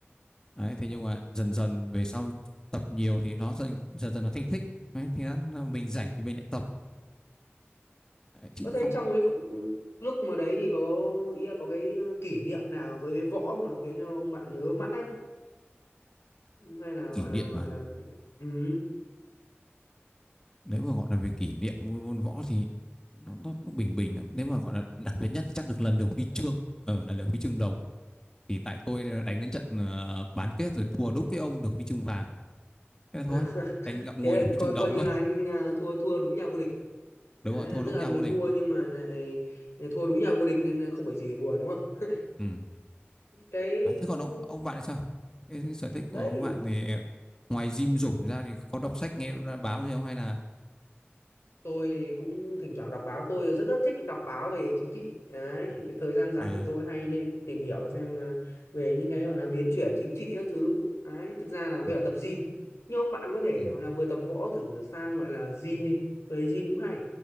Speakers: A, on the left; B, on the left.
A: Đấy, thế nhưng mà dần dần về sau tập nhiều thì nó dần dần, dần nó thành thích đấy, thì nó, là mình rảnh thì mình lại tập đấy, chứ
B: có
A: cũng
B: thế
A: không
B: trong cái khu- lúc mà đấy thì có ý là có cái kỷ niệm nào với cái võ mà khiến cho ông bạn nhớ mãi không hay là
A: kỷ
B: gọi
A: niệm
B: là gọi
A: mà
B: là ừ.
A: nếu mà gọi là về kỷ niệm môn, môn võ thì nó, nó cũng bình bình lắm nếu mà gọi là đặc biệt nhất thì chắc được lần được huy chương ở là được huy chương đồng thì tại tôi đánh đến trận ờ, bán kết rồi thua đúng cái ông được huy chương vàng thế là thôi
B: à, <laughs>
A: đánh ngậm ngùi
B: thế là
A: được huy
B: coi
A: chương đồng
B: coi như
A: thôi
B: là anh à, thua thua đúng nhà vô địch đấy,
A: đúng rồi thua
B: là
A: đúng
B: tức là
A: nhà
B: mình
A: vô địch
B: thua nhưng mà lại thua đúng nhà vô địch nên không phải gì để buồn đúng không
A: Ừ.
B: cái
A: Đấy, thế còn ông ông bạn thì sao? Cái sở thích của
B: đấy
A: ông bạn thì ngoài gym rủng ra thì có đọc sách nghe báo gì không hay là
B: tôi cũng thỉnh thoảng đọc báo tôi rất rất thích đọc báo về chính trị đấy cái thời gian rảnh
A: à
B: thì tôi hay lên tìm hiểu xem ờ, về những cái gọi là biến chuyển chính trị các thứ đấy thực ra là với
A: Ừ,
B: cả tập gym nhưng ông bạn có thể
A: ừ,
B: gọi là vừa tập võ thử sang gọi là gym đi với gym cũng hay